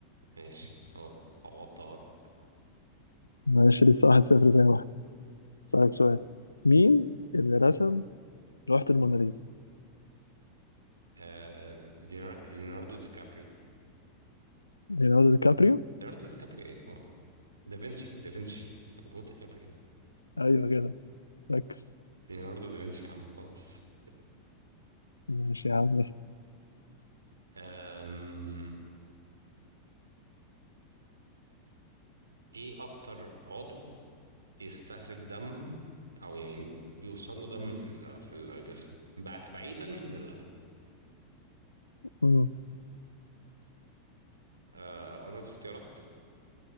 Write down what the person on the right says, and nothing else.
ماشي هو عوضتها لك
آه، لينا- ليوناردو دي كابري
ليوناردو دي كابري ايه هو دافنشي دافنشي أنا بقول دي كابري ايه
ليوناردو دافنشي يا عم خلاص
آم، ايه اكتر عضو بيستهلك دم او يعني بيوصل له دم في ال- في الجسم بع- بعيدا عن القلب
آه، اقول لك اختيارات